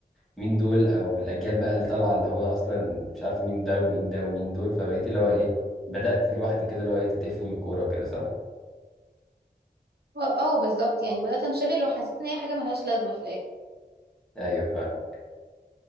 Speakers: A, in the centre; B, on the right.
A: مين دول أو الأجيال بقى اللي طالعة اللي هو أصلا مش عارفة مين ده ومين ده ومين دول فبقيتي اللي هو إيه بدأتي لوحدك كده اللي هو إيه تتقفلي من الكورة وكده صح؟
B: اه بالظبط يعني بدأت انشغل وحسيت ان هي حاجة ملهاش لازمة في الآخر
A: أيوه فاهمك